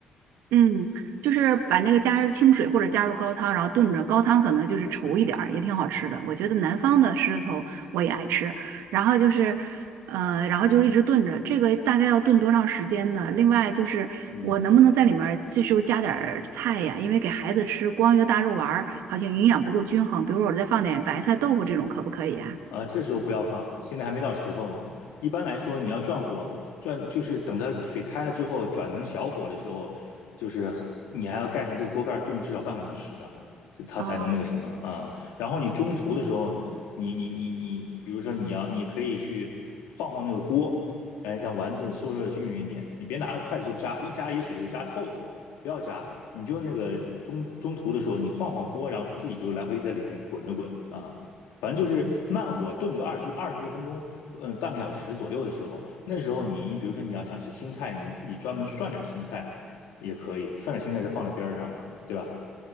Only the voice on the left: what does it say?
嗯，
啊，这时候不要放，现在还没到时候呢。一般来说，你要转火，转就是等它水开了之后，转成小火的时候，就是你还要盖上这个锅盖炖至少半个小时呢，这它才能那个什么啊。
然后你中途的时候，你你你你，比如说你要，你可以去晃晃那个锅，哎，让丸子受热的均匀一点。你别拿着筷子去扎，一扎也许就给扎透了，不要扎。你就那个中中途的时候，你晃晃锅，然后它自己就来回在里边滚了滚啊。反正就是慢火炖个二十二十多分钟，呃，半个小时左右的时候，那时候你你比如说你要想吃青菜，你自己专门涮点青菜也可以，涮点青菜再放在边儿上嘛，对吧？